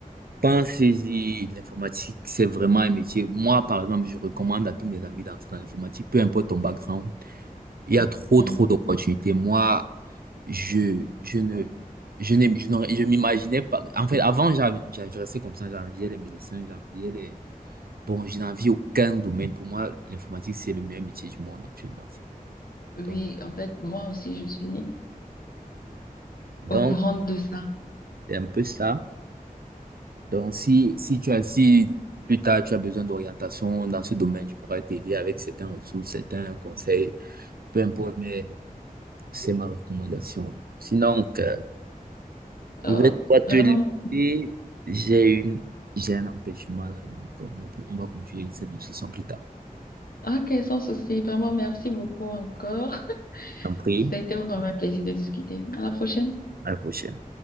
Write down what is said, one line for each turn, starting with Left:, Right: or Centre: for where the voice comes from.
Right: pensez-y l'informatique, c'est vraiment un métier. Moi, par exemple, je recommande à tous mes amis d'entrer dans l'informatique, peu importe ton background. Il y a trop,
Left: Mhm.
Right: trop d'opportunités. Moi, je, je ne, je n'ai- je n'aurais- je m'imaginais pas. En fait, avant, j'av- j'av- je restais comme ça, j'enviais les médecins, j'enviais les. Bon, je n'envie aucun domaine. Pour moi, l'informatique, c'est le meilleur métier du monde actuellement. c'est-
Left: Oui,
Right: Donc,
Left: en fait, moi aussi, je suis <laughs>
Right: donc,
Left: au courant de ça.
Right: c'est un peu ça. Donc, si, si tu as, si plus tard tu as besoin d'orientation dans ce domaine, je pourrais t'aider avec certaines ressources, certains conseils. peu importe, mais c'est ma recommandation. Sinon, que
Left: Euh,
Right: je vais pas te
Left: vraiment.
Right: laisser. J'ai une, j'ai un empêchement là, donc on va, on va continuer cette discussion plus tard.
Left: Ok, sans souci. Vraiment, merci beaucoup encore. <laughs>
Right: Je t'en prie,
Left: ça a été vraiment un plaisir de discuter. À la prochaine.
Right: à la prochaine.